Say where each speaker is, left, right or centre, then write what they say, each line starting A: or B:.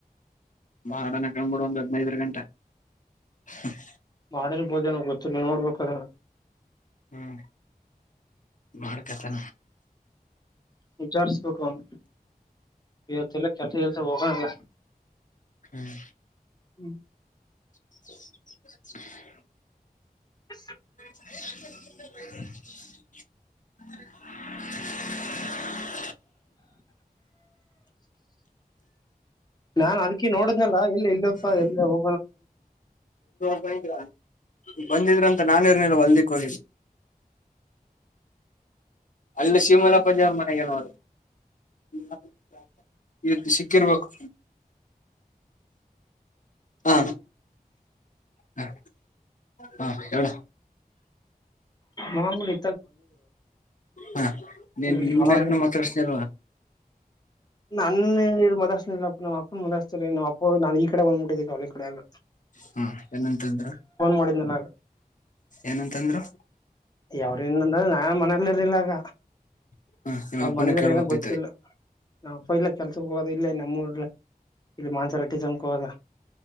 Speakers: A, on the left; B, on the left.
A: ಮಾಡನ ಕಂಡ್ಬಿಡು ಒಂದ್ <unintelligible>
B: ಮಾಡಿರ್ಬೋದೇನೋ ಗೊತ್ತಿಲ್ಲ ನೋಡ್ಬೇಕದ್ರ.
A: ಹ್ಮ ಬಾಳ ಕಥೆ
B: ವಿಚಾರ್ಸಬೇಕನ್ ಇವತ್ತೆಲ್ಲ ಕೆಲ್ ಚಲ್ಸ ಹೋಗಾನಲ್ಲ.
A: ಹ್ಮ್
B: ಹ್ಮ್
A: <unintelligible>
B: <unintelligible>
A: <unintelligible>
B: ನಾ ಅದ್ಕಿ ನೋಡುದ್ನಲ್ಲ ಇಲ್ಲಿ ಇಲ್ಲ ಎಲ್ಲ ಹೊ
A: <inaudible> ಬಂದಿದ್ರಂತ ನಾನಿರ್ನಿಲ್ಲ ಹೊಲ್ದಿಕೊಗಿದ್ದೆ. ಅಲ್ಲಿ ಸೀಮಲ ಪಜ ಅವರ ಮನೆಗೇನೊ ಹೋಗಿರ್ ಅದು ಎಷ್ಟು ಸಿಕ್ಕಿರ್ಬೇಕು? ಹಾ ಹ ಹಾ ಎಳ
B: ನಾರ್ಮಲಿ
A: ಹಾ ನೀನ್
B: ಹ್ಮ್
A: ನಿಮ್ದ
B: ಅವಾಗ
A: ಯಾರ್ನು ಮತಾಡಸ್ತಿಲ್ವಲಾ?
B: ನನ್ ಏಜ್ ಮದಸ್ನ ಇಲ್ಲಪ್ಪ ನಮ್ಮ ಅಪ್ಪನ ಮದಾಸ್ತ ರೀ ನಮ್ಮ ಅಪ್ಪ ನಾನ್ ಈ ಕಡೆ ಬಂದ್ಬಿಟ್ಟಿದೀನ ಅವ ಕಡೆ ಎಲ್ಲ.
A: ಹಾ ಏನಂತಂದ್ರ,
B: ಮಾಡಿದ್ನಲ್ಲ
A: ಏನಂತಂದ್ರರು?
B: ಯಾವ್ರೇನ್ ಅಂದ್ರ ನಾ ಮನ ಅಲ್ಲಲ್ಲಿಲ್ಲಾಗ
A: ಹ್ಮ ನಿಮ್ಮ
B: ಅವ್ರು
A: ಅಪ್ಪನ
B: ಬಂದಿದ್ರ
A: ಕೇಳ್ಬೇಕಾಯ್ತು
B: ಏನ ಗೊತ್ತಿಲ್ಲ ನಮ್ಮಪ್ಮ ಇಲ್ಲೇ ಕೆಲ್ಸಕ್ಕೆ ಹೋಗೋದ ಇಲ್ಲಿ ನಮ್ಮೂರ್ ಇಲ್ಲಿ ಮನ್ಸಾರಿಟಿಸಮ್ಕ್ ಹೋದ.